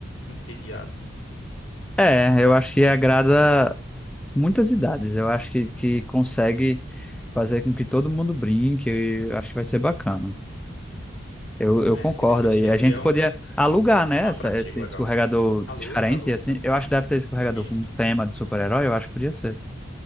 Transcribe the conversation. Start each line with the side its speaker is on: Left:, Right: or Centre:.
Left: entediado, né?
Centre: É, eu acho que agrada muitas idades. Eu acho que, que consegue fazer com que todo mundo brinque. Eu acho que vai ser bacana. Eu, eu
Left: É,
Centre: concordo
Left: seria divertido.
Centre: aí. A gente
Left: E é um,
Centre: podia alugar, né,
Left: um atrativo
Centre: essa, esse
Left: legal.
Centre: escorregador
Left: Alô,
Centre: diferente,
Left: alô,
Centre: assim.
Left: cara.
Centre: Eu acho que deve ter escorregador
Left: Sim,
Centre: com
Left: sim.
Centre: tema de super-herói. Eu acho que podia ser.